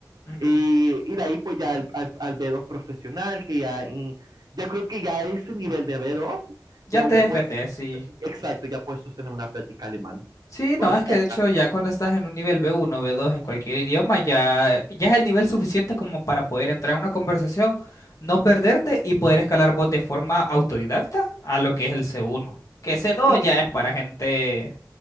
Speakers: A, on the left (about 45°); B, on the right (about 65°).
A: Ujú.
B: Eh, y de ahí pues ya al, al- al b dos profesional, que ya, y- ya creo que ya ese nivel de b dos
A: Ya
B: ya,
A: te
B: ya
A: defendés,
B: puedes,
A: sí.
B: exacto, ya puedes sostener una plática alemana.
A: Sí,
B: O
A: no,
B: sea,
A: es que de hecho ya cuando estás en un nivel B1, B2 en cualquier idioma, ya, ya es el nivel suficiente como para poder entrar en una conversación, no perderte y poder escalar vos de forma autodidacta a lo que es el C1. Que C2
B: Y,
A: ya es para gente